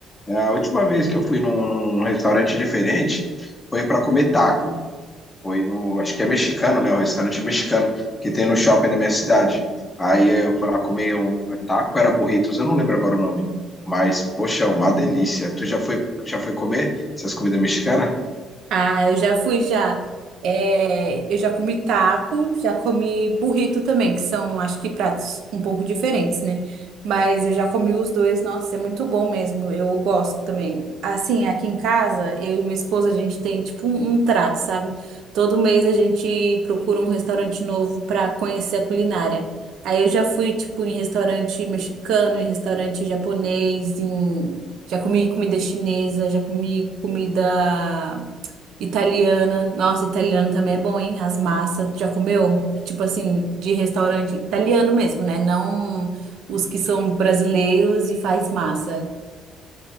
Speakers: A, on the left; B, on the right.
A: É, A última vez que eu fui num, num restaurante diferente foi para comer taco. Foi no. Acho que é mexicano, né? O restaurante mexicano que tem no shopping da minha cidade. Aí eu fui lá comer um taco, era burritos, eu não lembro agora o nome. Mas, poxa, é uma delícia. Tu já foi, já foi comer essas comidas mexicanas?
B: Ah, eu já fui já. É, eu já comi taco, já comi burrito também, que são, acho que, pratos um pouco diferentes, né? Mas eu já comi os dois, nossa, é muito bom mesmo. Eu gosto também. Assim, aqui em casa, eu e minha esposa, a gente tem tipo um, um trato, sabe? Todo mês a gente procura um restaurante novo para conhecer a culinária. Aí eu já fui, tipo, em restaurante mexicano, em restaurante japonês, em... já comi comida chinesa, já comi comida. Italiana. Nossa, italiano também é bom, hein? As massas. Tu Já comeu? Tipo assim, de restaurante italiano mesmo, né? Não os que são brasileiros e faz massa.